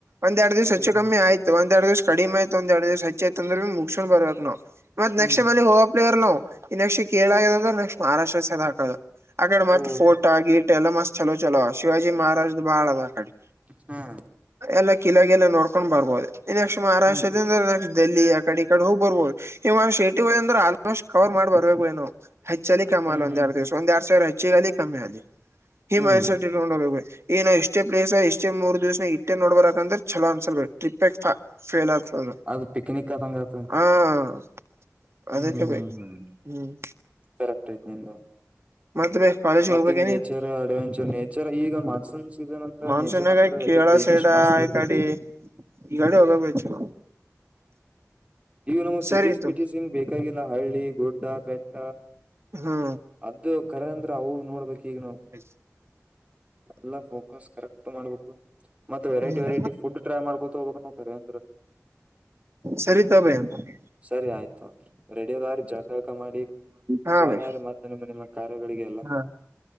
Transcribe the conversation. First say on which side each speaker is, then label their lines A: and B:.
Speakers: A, on the right; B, on the right.
A: ಒಂದೆರಡ್ ದಿವ್ಸ ಹೆಚ್ಚು
B: ಹ್ಮ್
A: ಕಮ್ಮಿ
B: ಹ್ಮ್
A: ಆಯ್ತು ಒಂದೆರಡ್ ದಿವ್ಸ ಕಡಿಮೆ ಆಯ್ತು ಒಂದೆರಡು ದಿವ್ಸು ಚೇತ ಅಂದ ಮುಗಸೊಂಡ್ ಬರ್ಬೇಕಕ್ ನಾವು ಮತ್ ನೆಕ್ಸ್ಟ್ಟಲ್ಲಿ
B: ಹ್ಮ್
A: ಹ ಪ್ಲೇರ್ ನವು ನೆಕ್ಟ್ ಕೇಳಾಗದಂದ್ರೆ ನೆಕ್ಸ್ಟ್ ಮಾರಾಷ್ಟ್ರ ಸ ಹಾಕೋದು ಆಕಡೆ ಮತ್ತತ್
B: ಓ
A: ಫೋಟೋ ಆ ಗೀಟ್ ಎಲ್ಲ ಮತ್ ಚಲೋ ಚಲೋ ಶಿವಾಜಿ ಮಹಾರಾಜ್ದ್ ಬಾಳ ಅ್ ಆಕಡೆ
B: ಹ್ಮ
A: ಎಲ್ಲ ಕಿಲಗೆಲ್ಲ ನೋಡ್ಕೊಂಡ್ ಬರ್ಬೋದು ನೆಕ್ಸ್ಟ್ ಮಹಾರಾಷ್ಟ್ರದ
B: ಹ್ಮ್
A: ಅಂದ್ರೆ ನೆಕ್ಸ್ಟ್ ಡೆಲ್ಲಿ ಆಕಡೆ ಹೋಗ್ ಬರ್ಬೋದು ಈವ ಶೇಟಿ ಅಂದ್ರೆ ಆಲ್ಮೋಸ್ಟ್ ಕವರ್ ಮಾಡ್ ಬರ್ಬೇಕು ಏನು ಹೆಚ್ಚಲ್ಲಿ ಕಮ ಅಲ್ಲ
B: ಹ್ಮ್
A: ಒಂದೆ ಎರ ದಿವಸ ಒಂದಂದು ಎರಡು ಸಾವಿರ ಹೆಚ್ಚಿಗಲಿ ಕಮ್ಮಿ ಆಲಿ ಹಿ
B: ಹ್ಮ್
A: ಮನ ತೊಂಡೋಗ ನ ಎಷ್ಟೇ ಪ್ಲೇಸ್ ಎಷ್ಟೇ ಮೂರ್ ದಿವ್ಸನ ಇಟ್ಟೇ ನೋಡ್ಬಾರಬೇಕಕಂದ್ರೆ ಚಲೋ ಅನ್ಸಲ್ಬೇಕೇ ಟ್ರಿಪ್ ಲತ
B: ಅದು ಪಿಕ್ನಿಕ್ ಆದಂಗ ಆತಂತೆ
A: ಹಾ <unintelligible> ಅದಕ್ಕೆ
B: ಹ್ಮ್ ಹ್ಮ್
A: ಬು
B: ಹ್ಮ್
A: ಹ್ಮ್
B: ಕರೆಕ್ಟ್ ಐತತಿ ನಿದ
A: ಮತ್ತ ಬೈ ಕಾಲೇಜ್
B: ಮತ್ತ
A: ಹೋಗ್ಬೇಕೇನಿ
B: ಈಗ ನೇಚರ್ ಅಡ್ವೆಂಚರ್ ನೇಚರ್ ಈಗ ಮಾನ್ಸೂನ್ ಸೀಸನ್ ಅಂತ್ರ
A: ಮಾನ್ಸೂನ್ಾಗ
B: ನೇಚರ್ ಅಂತ್ರ ಹೆವಿ
A: ಕೇಳ
B: ಗ್ರೀನಿಶ್
A: ಸೈಡ
B: ಮಸ್ತ್ ಇರ್ತೈತಿ
A: ಈ ಕಡೆ ಈಗಡೆ ಹೋಗ್ಬೇಕಚ್ಚು
B: ಇವು ನಮ್ಗೆ
A: ಸರಿತು
B: ಸಿಟೀಸ್ ಬಿಟೀಸ್ ಹಿಂಗ್ ಬೇಕಾಗಿಲ್ಲ ಹಳ್ಳಿ ಗುಡ್ಡ ಬೆಟ್ಟ
A: ಹ್ಮ್
B: ಅದ ಕರೆ ಅಂದ್ರೆ ಅವು ನೋಡ್ಬೇಕಕ್ ಈಗ ನಾವು
A: ಎ <inaudible>
B: ಎಲ್ಲ ಫೋಕಸ್ ಕರೆಕ್ಟ್ ಮಾಡ್ಬೇಕು ಮತ್ತೆರೈಟಿ
A: ಹ್ಮ್
B: ವೆೈಟ ಫುಡ್ ಟ್ರೈ ಮಾಡ್ಕೊತ ಹೋಗಬೇಕ ನವು ಕರರಿ ಅಂದರಿ
A: ಸರಿತಾ ಬಯ ಅಂತ
B: ಸರಿ ಆಯ್ತು ಅಲ್ರಿ ರೆಡಿಯದುಆಗಿ ಜಳಕಾಗೀಳಕಾ ಮಾಡಿ
A: ಹಾ
B: ಜಾಯಿನ್
A: ಭೈ
B: ಆಗರೀ ಮತ್ತ ನಿಮ್ಮ ನಿಮ್ಮ ಕಾರ್ಯಗಳಿಗೆ ಎಲ್ಲಾ
A: ಹಾ